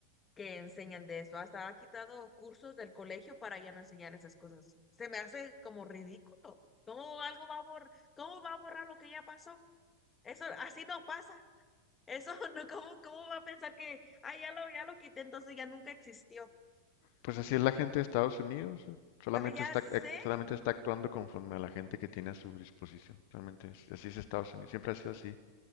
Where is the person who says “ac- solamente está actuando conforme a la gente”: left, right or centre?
Left